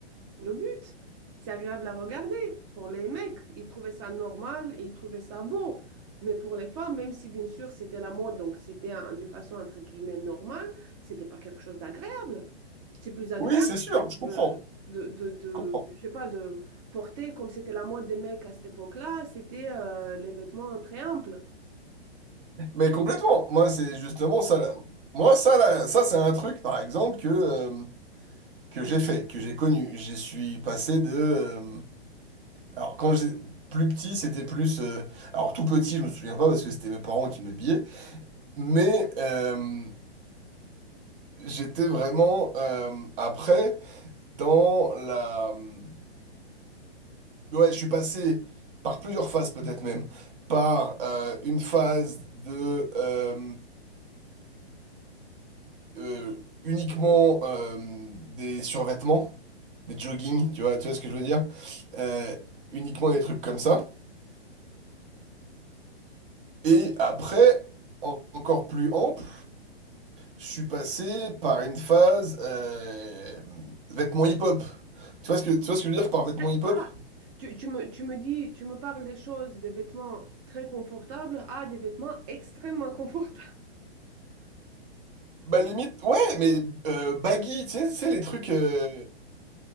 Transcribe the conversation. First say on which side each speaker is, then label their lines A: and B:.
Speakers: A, on the right; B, on the right.
A: Le but, c'est agréable à regarder. Pour les mecs, ils trouvaient ça normal et ils trouvaient ça beau. Mais pour les femmes, même si bien sûr c'était la mode, donc c'était un- d'une façon entre guillemets normale, c'était pas quelque chose d'agréable. C'est plus agréable
B: Oui, c'est sûr,
A: de,
B: je comprends,
A: de, de, de-
B: je comprends.
A: je sais pas, de porter comme c'était la mode des mecs à cette époque-là, c'était euh, les vêtements très amples.
B: Mais complètement. Moi, c'est justement ça. là. Moi, ça, là, ça, c'est un truc, par exemple, que euh, que j'ai fait, que j'ai connu. Je suis passé de... euh, alors, quand j'ai... Plus petit, c'était plus... euh, alors, tout petit, je me souviens pas parce que c'était mes parents qui m'habillaient. Mais euh, j'étais vraiment... euh, après, dans la... euh, Ouais, je suis passé par plusieurs phases peut-être même. Par euh, une phase de... euh, euh, uniquement euh, des survêtements, des joggings, tu vois, tu vois ce que je veux dire? Euh, uniquement des trucs comme ça. Et après, en- encore plus ample, je suis passé par une phase euh, vêtements hip-hop. Tu vois ce que, tu vois ce que je veux dire par vêtements
A: Eh,
B: hip-hop?
A: Voilà. Tu, tu me, tu me dis, tu me parles des choses, des vêtements très confortables à des vêtements extrêmement confortables.
B: Bah limite, ouais, mais euh, baggy, tu sais, tu sais, les trucs
A: <laughs>
B: euh,